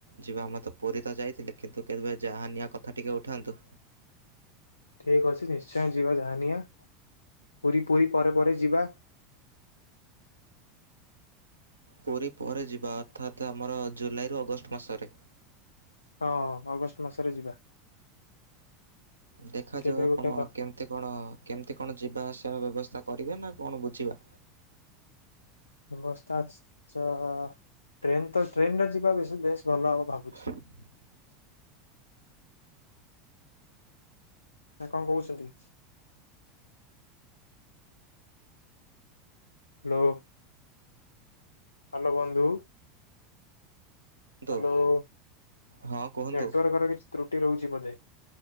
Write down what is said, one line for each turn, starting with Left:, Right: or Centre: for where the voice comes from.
Right: ଯିବା ଆମେ ତ ପୁରୀ ତ ଯାଇଥିଲେ କିନ୍ତୁ ତେବେ ଯାହା ନିଆ କଥା ଟିକେ ଉଠାନ୍ତୁ।
Left: ଠିକ୍ ଅଛି ନିଶ୍ଚୟ ଯିବା ଯାହା ନିିଆ ପୁରୀ ପୁରୀ ପରେ ପରେ ଯିବା।
Right: ପୁରୀ ପରେ ଯିବା ଅର୍ଥାତ୍ ଆମର ଜୁଲାଇରୁ ଅଗଷ୍ଟ ମାସରେ।
Left: ହଁ ଅଗଷ୍ଟ ମାସରେ ଯିବା।
Right: ଦେଖାଯାଉ
Left: କେବେ
Right: ଆପଣ
Left: ଗୋଟେ
Right: କେମିତି କଣ କେମିତି କଣ ଯିବା ଆସିବା ବ୍ୟବସ୍ଥା କରିବେ ନା କଣ ବୁଝିବା?
Left: ବ୍ଯବସ୍ଥା ଚ ଟ୍ରେନ ତ ଟ୍ରେନ ରେ ଯିବା ବେଶି ବେଶ ଭଲ ହବ ଭାବୁଛି।
Right: <inaudible>
Left: ନା କଣ କହୁଛନ୍ତି? ହା ଲୋ। ହ୍ୟାଲୋ ବନ୍ଧୁ।
Right: କୁହନ୍ତୁ
Left: ହ୍ୟାଲୋ ନେଟୱାର୍କ
Right: ହଁ କୁହନ୍ତୁ।
Left: ର କିଛି ତ୍ରୁଟି ରହୁଛି ବୋଧେ?